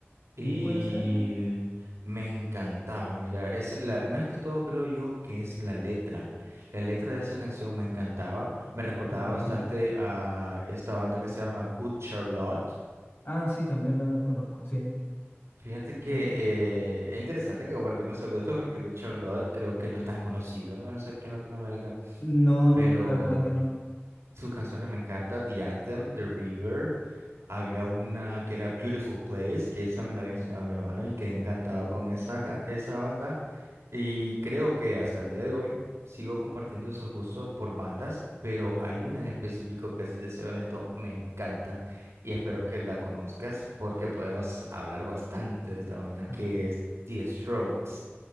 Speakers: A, on the right (about 80°); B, on the left (about 55°).
A: y
B: sí, puede ser. ¿eh?
A: me encantaba. Mira, es la, más que todo creo yo que es la letra. La letra de esa canción me encantaba, me recordaba
B: Sí,
A: bastante
B: tiene...
A: a esta banda que se llama Good Charlotte.
B: Ah, sí, también la conozco, sí.
A: Fíjate que
B: sí.
A: eh, es interesante que compartimos esos gustos porque Good Charlotte creo que no es tan conocido, al menos aquí en Latinoamérica,
B: No,
A: pero
B: no, la verdad que
A: mm,
B: no.
A: sus canciones me encantan, The Anthem, The River, había una que era Beautiful Place, que esa me la había enseñado mi hermano y quedé encantado con esa, ca- esa banda. Y creo que hasta el día de hoy sigo compartiendo esos gustos por bandas, pero hay una en específico que, si te soy honesto, me encanta y espero que la conozcas porque podemos hablar bastante de esta banda que
B: Ah,
A: es The Strokes.